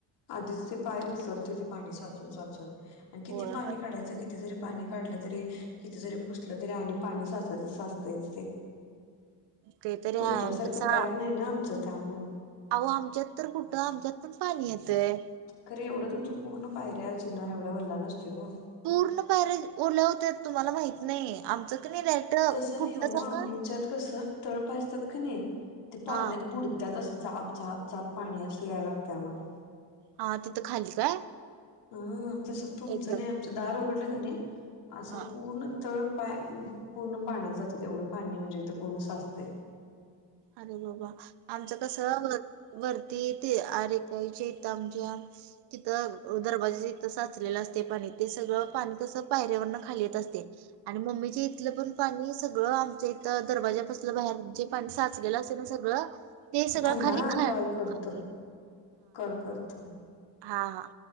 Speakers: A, on the left; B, on the right.
A: आधीच ते पाय घसरतंय ते पाणी साचून साचून आणि किती
B: होय होय.
A: पाणी काढायचं किती जरी पाणी काढलं तरी किती जरी पुसलं तरी आणि पाणी साचायचं तसं साचतयचं ते
B: ते तरी
A: तुमच्यासारखं
B: आहे आणि कसं
A: पॅक नाही ना आमचं त्यामुळं
B: अहो आमच्यात तर कुठं आमच्यात पण पाणी येतंय
A: खरं एवढं तुमचं पूर्ण पायऱ्या, जिना एवढा वल्ला नसतोय ओ
B: पूर्ण पायऱ्या ओल्या होत्या तुम्हाला माहित नाही आमचं क नाही डायरेक्ट
A: तसं
B: कुठलं
A: नाही हो
B: सांगा
A: आमच्यात कस तळ पाय असतात का नाही ते पाण्यात
B: हा
A: बुडत्यात असं चाप चाप चाप पाणी असं याय लागतंय आम्हाला
B: हा तिथं खाली काय
A: हं तस तुमचं
B: एकदम
A: नाही आमचं दार उघडलं का नाही असं
B: हा
A: पूर्ण तळ पाय पूर्ण पाण्यात जात्यात येवढं पाणी म्हणजे इथं पूर्ण साचतयं
B: अरे बाबा आमचं कसं वरती येते अरे आईच्या इथं आमच्या तिथं दरवाजाच्या इथं साचलेलं असतंय पाणी ते सगळं पाणी कसं पायरीवरनं खाली येत असतंय आणि मम्मीच्या इथलं पण पाणी सगळं आमच्या इथं दरवाजापाशी बाहेर जे पाणी साचलेलं असेल ना सगळं ते सगळं
A: थांबा
B: खाली
A: हा
B: खा
A: कॉल करतो
B: खाली
A: कॉल करतो
B: हां हां